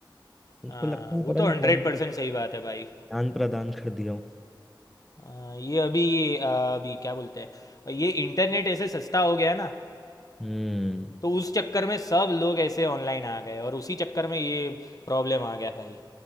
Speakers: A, in the centre; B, on the left.
A: उनको
B: हाँ
A: लगता है
B: वो
A: पता
B: तो
A: नहीं
B: हंड्रेड
A: कौन
B: परसेंट
A: सा
B: सही बात है भाई
A: ज्ञान प्रदान कर दिया हो
B: आ, ये अभी आ, अभी क्या बोलते हैं ये इंटरनेट ऐसे सस्ता हो गया ना
A: हम्म
B: तो उस चक्कर में सब लोग ऐसे ऑनलाइन आ गए और उसी चक्कर में ये प्रॉब्लम आ गया भाई